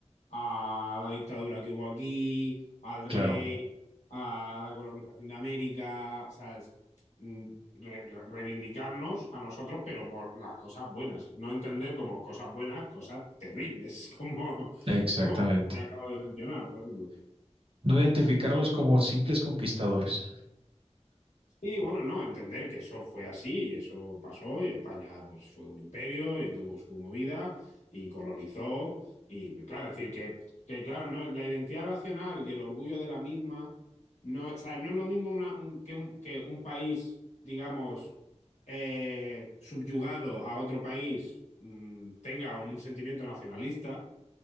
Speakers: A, on the left; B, on the right.
A: a la dictadura que hubo aquí, al rey,
B: Claro,
A: a la colonización de América, ¿sabes? Mm, Re re reivindicarnos a nosotros, pero por las cosas buenas. No entender como cosas buenas, cosas terribles, <laughs> como,
B: exactamente.
A: como te acabo de mencionar, por ejemplo.
B: No identificarlos como simples conquistadores.
A: Sí, bueno, no, entender que eso fue así y eso pasó y España pues fue un imperio y tuvo su movida y colonizó y pues, claro, decir que, que claro, no, la identidad nacional y el orgullo de la misma no, o sea, no es lo mismo una- un- que, un, que un país, digamos, eh, subyugado a otro país mm, tenga un sentimiento nacionalista